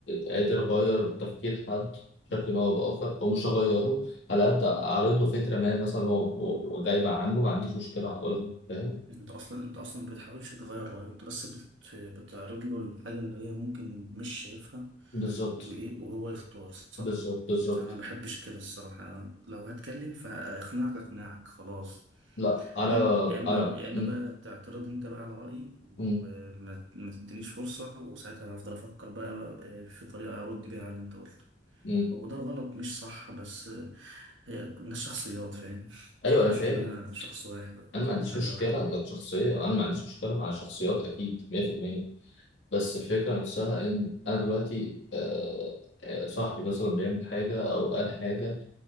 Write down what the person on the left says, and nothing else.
قادر أغير تفكير حد بشكل ما أو بآخر أو مش هغيره على قد أعرض له فكرة ما مثلا هو هو غايبة عنه ما عنديش مشكلة أقولها فاهم
بالظبط
بالظبط بالظبط
لا أنا
أنا
مم.
مم.
مم.
أيوه أنا
فاهم
أنا
ما
عنديش
مشكلة
إنك شخصية أنا ما عنديش مشكلة مع الشخصيات أكيد 100% بس الفكرة نفسها إن أنا دلوقتي آه، آه، صاحبي مثلا بيعمل حاجة أو قال حاجة